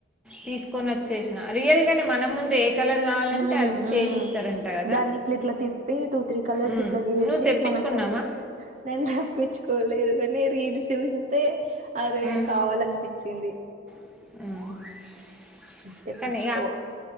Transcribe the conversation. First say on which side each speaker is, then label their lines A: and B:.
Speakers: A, in the centre; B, on the right.
A: తీసుకొని వచ్చేసిన రియల్ గానే మనం ముందు ఏ కలర్ కావాలంటే
B: ఉమ్
A: అది చేసిస్తారంట
B: ఉమ్
A: కదా
B: దాన్ని ఇట్లా ఇట్లా తిప్పి టూ త్రీ కలర్స్
A: ఉమ్
B: ఇట్లా చేసి
A: నువ్వు తెప్పించుకున్నావా
B: మన సైజ్ నే తప్పించ కోలేదు కాని రీల్స్ చూసింతే అదే
A: ఉమ్
B: కావాలనిపించింది.
A: ఆ
B: తెప్పించుకోవ
A: కానీ